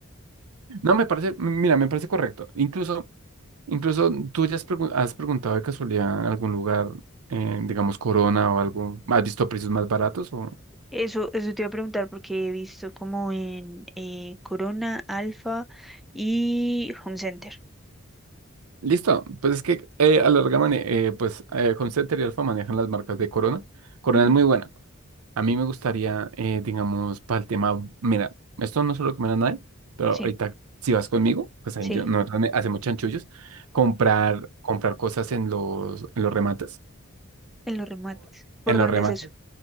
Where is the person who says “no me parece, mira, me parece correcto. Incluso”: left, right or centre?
Right